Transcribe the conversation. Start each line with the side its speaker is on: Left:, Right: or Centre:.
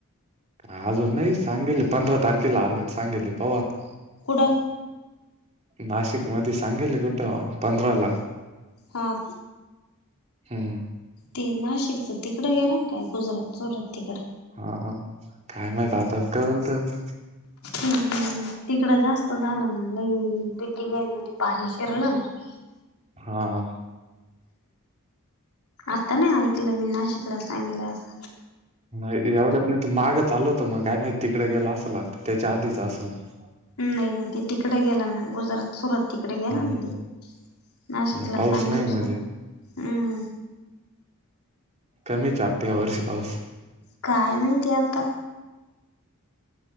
Right: अजून नाही सांगेल पंधरा तारखेला आलट सांगेली पावा त.
Left: कडा.
Right: नाशिक मध्ये सांगेले कुठ पंधरा लाख.
Left: हग.
Right: हम्.
Left: ते नाशिकचं तिकड गेलं ना काय गुजरात चोरात तिकड.
Right: हा काय माहित आता का झालत.
Left: ह् तिकडं जास्त झालं ना ल बिल्डिंग आहे मध्ये पाणी शिरलं ना. <unintelligible>
Right: हा ह.
Left: आता नाही ऐकलं मी नाशिकला सांगितलं अस.
Right: नाही एवढंच नाही माग आल होत मग काय माहिित तिकडे गेयला असं लागतं त्याच्या आधीच असंगत.
Left: नाही नाही ते तिकडे गेला ना गुजरात. सुरत तिकडे गेला
Right: हम्म
Left: ना ते नाशिकला
Right: मग पाऊस
Left: सांगल
Right: नाही
Left: कस
Right: म्हणजे
Left: हम्म.
Right: कमी च आटते ह वर्षी पाऊस
Left: काय माहितीय आता.